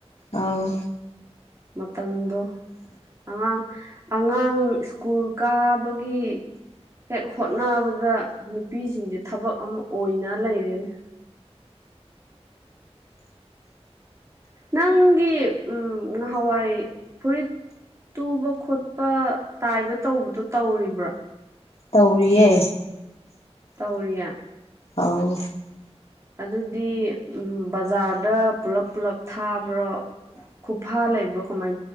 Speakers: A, on the left; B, on the right.
A: ꯑꯥꯎ
B: ꯃꯇꯝꯗꯣ ꯑꯉꯥꯡ ꯑꯉꯥꯡ ꯁ꯭ꯀꯨꯜ ꯀꯥꯕꯒꯤ ꯒꯤ ꯍꯦꯛ ꯍꯣꯠꯅꯕꯗ ꯅꯨꯄꯤꯁꯤꯡꯁꯦ ꯊꯕꯛ ꯑꯃ ꯑꯣꯏꯅ ꯂꯩꯔꯦꯅꯦ ꯅꯪꯒꯤ ꯎ ꯉꯍꯥꯟꯋꯥꯏ ꯐꯨꯔꯤꯠ ꯇꯨꯕ ꯈꯣꯠꯄ ꯇꯥꯏꯕ ꯇꯧꯕꯗꯣ ꯇꯧꯔꯤꯕ꯭ꯔꯥ
A: ꯇꯧꯔꯤꯌꯦ
B: ꯀꯧꯔꯤꯌꯥ
A: ꯑꯥꯎ
B: ꯑꯗꯨꯗꯤ ꯎꯝ ꯕꯖꯥꯔꯗ ꯄꯨꯂꯞ ꯄꯨꯂꯞ ꯊꯥꯕ꯭ꯔꯣ ꯈꯨꯐꯥ ꯂꯩꯕ꯭ꯔ ꯣ ꯀꯃꯥꯏ